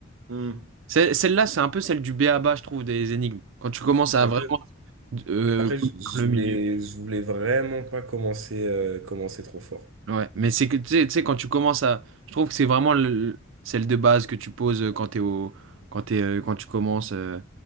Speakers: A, on the right (about 85°); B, on the right (about 65°).
A: Hmm.
B: C'est- Celle-là, c'est un peu celle du B.A.B.A., je trouve, des énigmes. Quand tu commences à
A: Un
B: vraiment...
A: peu.
B: euh,
A: Après,
B: connaître
A: je je
B: Le
A: voulais,
B: milieu.
A: je voulais vraiment pas commencer, euh, commencer trop fort.
B: ouais, mais c'est que, tu sais, tu sais, quand tu commences à... Je trouve que c'est vraiment le- celle de base que tu poses euh, quand t'es au... quand t'es, euh, quand tu commences euh,